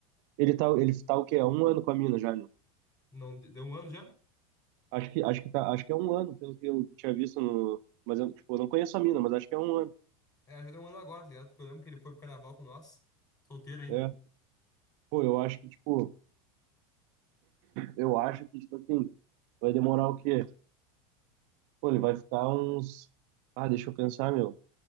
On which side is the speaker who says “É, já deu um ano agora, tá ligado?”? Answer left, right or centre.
Left